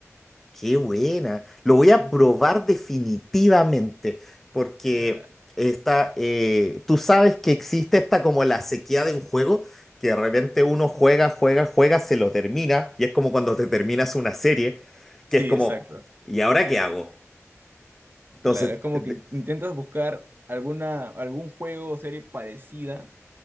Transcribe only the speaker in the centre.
Qué buena. Lo voy a
probar definitivamente, porque
esta, eh, tú sabes que existe esta como la sequía de un juego, que de repente uno juega, juega, juega, se lo termina, y es como cuando te terminas una serie,
que es como,
¿y ahora qué hago? Entonces,
eh, de-